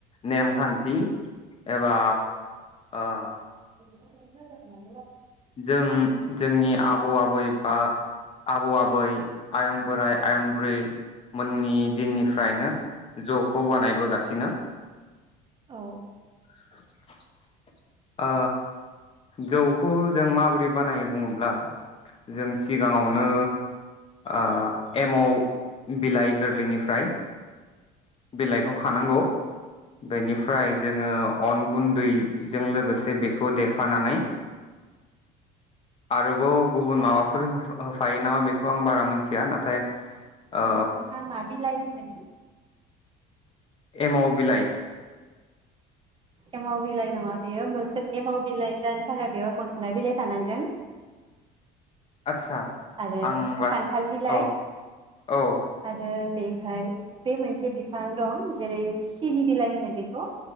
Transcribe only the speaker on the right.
<unintelligible>
औ
बे
नोंथाङा मा बिलाइ होनदों
एमाव बिलाइ नङा बेयो मोखो एमाव बिलाइ जानो थाखाय बेयाव मोखोना बिलाइ थानांगोन
आरो
खान्थाल बिलाइ
आरो बेवहाय बे मोनसे बिफां दं जेरै सिनि बिलाइ होनो बेखौ